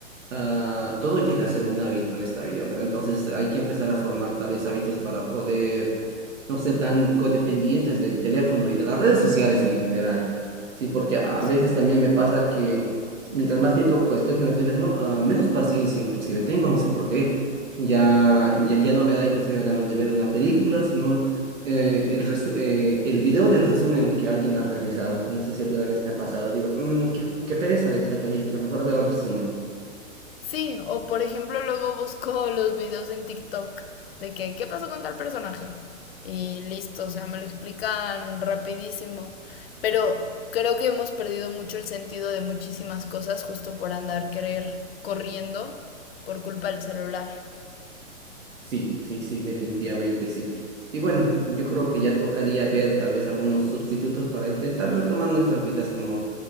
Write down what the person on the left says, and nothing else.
Sí.
Sí, o por ejemplo luego busco <laughs> los videos en TikTok de que, ¿qué pasó con tal personaje? Y listo, o sea, me lo explican rapidísimo. Pero creo que hemos perdido mucho el sentido de muchísimas cosas justo por andar querer corriendo por culpa del celular.